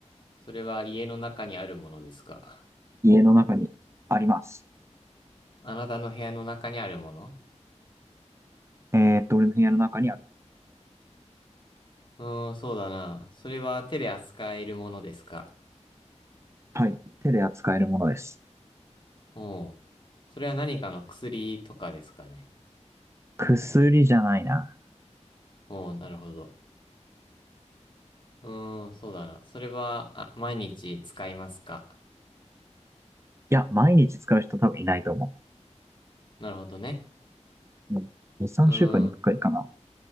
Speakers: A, on the left; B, on the right.
A: それは家の中にあるものですか
B: 家の中にあります。
A: あなたの部屋の中にあるもの
B: えーっと、俺の部屋の中にある。
A: うーん、そうだな。それは手で扱えるものですか
B: はい。手で扱えるものです。
A: おう。それは何かの薬とかですかね。
B: 薬じゃないな。
A: おう、なるほど。うーん、そうだな。それは、あ、毎日使いますか
B: いや、毎日使う人多分いないと思
A: なるほどね。
B: う。うん。2、3週間にい回かいかな。
A: うーん。